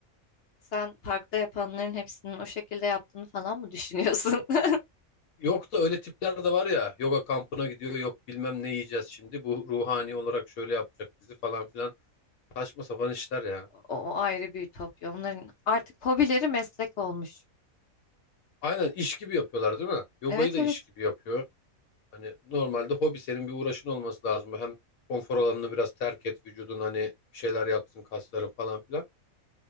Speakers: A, on the left; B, on the left.
A: <laughs> Sen parkta yapanların hepsinin o şekilde yaptığını falan mı düşünüyorsun? <laughs>
B: Yok da öyle tipler de var ya yoga kampına gidiyor yok bilmem ne yiyeceğiz şimdi bu ruhani olarak şöyle yapacak bizi falan filan saçma sapan işler ya.
A: O, o ayrı bir ütopya. Onların artık hobileri meslek olmuş.
B: Aynen iş gibi yapıyorlar değil mi? Yogayı
A: Evet
B: da
A: evet.
B: iş gibi yapıyor. Hani normalde hobi senin bir uğraşın olması lazım. Hem konfor alanını biraz terk et vücudun hani bir şeyler yapsın kasların falan filan.